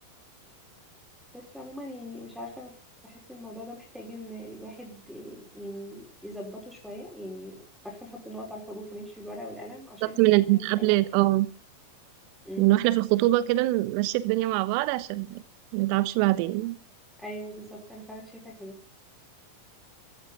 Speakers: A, in the centre; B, on the right.
A: بس عموما يعني مش عارفة بح- بحس الموضوع ده محتاج ان الواحد يعني يظبطه شوية يعني عارفة نحط النقط على الحروف ونمشي بالورقة والقلم عشان
B: بالظبط
A: في
B: من
A: الآخر
B: من
A: نبقى
B: قبل
A: مرتاحين
B: اه
A: امم
B: من واحنا في الخطوبه كده نمشي الدنيا مع بعض عشان ما نتعبش بعدين
A: ايوه بالظبط انا فعلا شايفة كده